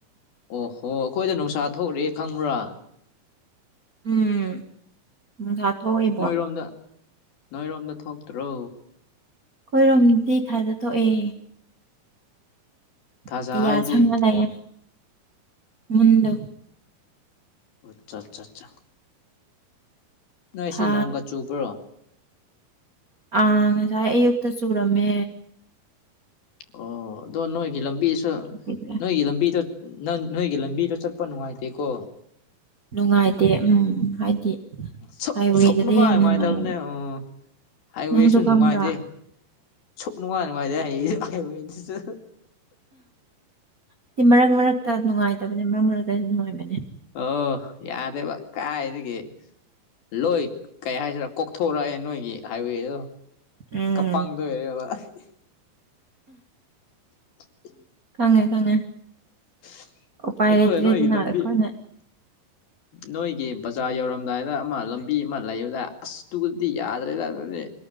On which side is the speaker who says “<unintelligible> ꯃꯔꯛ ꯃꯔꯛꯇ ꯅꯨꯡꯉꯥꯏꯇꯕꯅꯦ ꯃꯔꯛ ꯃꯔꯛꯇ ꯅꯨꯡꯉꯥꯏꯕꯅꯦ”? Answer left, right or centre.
Right